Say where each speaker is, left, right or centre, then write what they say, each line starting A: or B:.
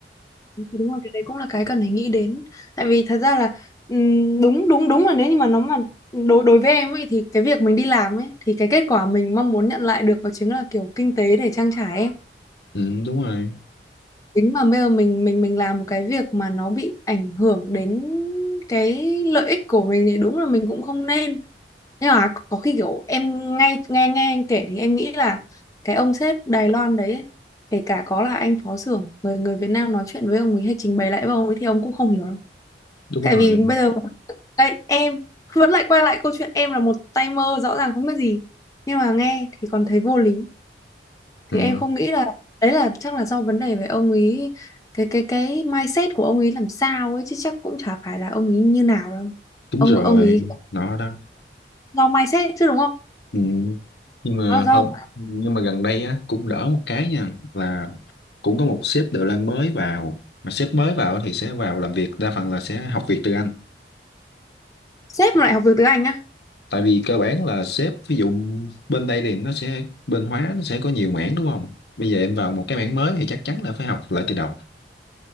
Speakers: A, on the left; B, on the left.
A: đúng rồi cái đấy cũng là cái cần phải nghĩ đến tại vì thật ra là ừm, đúng đúng đúng là nếu như mà nó mà đối đối với em ấy thì cái việc mình đi làm ấy thì cái kết quả mình mong muốn nhận lại được đó chính là kiểu kinh tế để trang trải ấy
B: ừ, đúng rồi
A: tính mà bây giờ mình mình mình làm một cái việc mà nó bị ảnh hưởng đến cái lợi ích của mình thì đúng là mình cũng không nên nhưng mà có khi kiểu em ngay nghe nghe anh kể thì em nghĩ là cái ông sếp Đài Loan đấy ấy, kể cả có là anh phó xưởng người người Việt Nam nói chuyện với ông ấy hay trình bày lại với ông ấy thì ông cũng không hiểu đâu
B: đúng
A: tại
B: rồi
A: vì bây giờ đây em vẫn lại quay lại câu chuyện em là một tay mơ rõ ràng không biết gì nhưng mà nghe thì còn thấy vô lý thì
B: ừ,
A: em không nghĩ là đấy là chắc là do vấn đề về ông ấy cái cái cái mindset của ông ấy làm sao ấy chứ chắc cũng chả phải là ông ấy như nào đâu
B: đúng
A: ông
B: rồi
A: ông ấy
B: nó đó
A: do mindset chứ đúng không
B: ừ. nhưng mà
A: nó là do
B: hôm nhưng mà gần đây á cũng đỡ một cái nha là cũng có một sếp Đài Loan mới vào mà sếp mới vào thì sẽ vào làm việc đa phần là sẽ học việc từ anh
A: sếp mà lại học được tiếng Anh á
B: tại vì cơ bản là sếp ví dụ bên đây thì nó sẽ bên hóa nó sẽ có nhiều mảng đúng không bây giờ em vào một cái mảng mới thì chắc chắn là phải học lại từ đầu